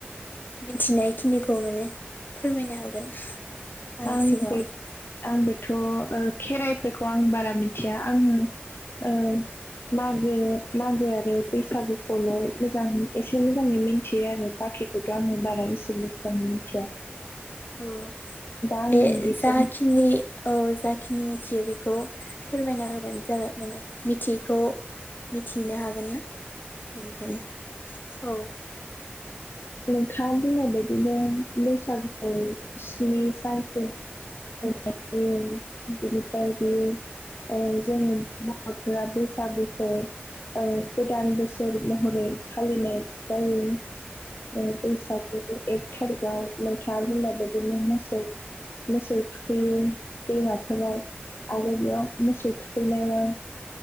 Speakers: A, on the left; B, on the left.
A: मिथिनाय खिनिखौ माने फोरमायनो हागोन <unintelligible> आंनि
B: आं
A: सिगाङाव
B: बे आंबोथ' ओ खेराइफोरखौ आं बारा मिथिया आङो। औ मागो मागो आरो बैसागुखौल' मोजाङै एसे मोजाङै मिथियो आरो बाखि खौथ' आङो बारा इसे मोज्जां मिथिया
A: अ
B: आङो
A: बे
B: बिसोर
A: जाखिनि औ जाखिनि मिथियो बेखौ फोरमायना होबानो जाबाय। माने मिथियैखौ? मिथिहैनो हागोन ना बेनिखायनो औ
B: नोंथांङा बुंनाय बायदिनो बैसागुखौ स्नि सानसिम नाय जायो बिनिफ्राय बेयो जोंङो मावग्रा बैसागुखौ गोदान बोसोर। फोर महरै फालिनाय जायो। बैसागनि एक थारिख आव नोंथांङा बुंनाय बिदिनो मोसौ मोसौ थुखैयो दैमाफोराव आरो बेयाव मोसौव थुखैनायाव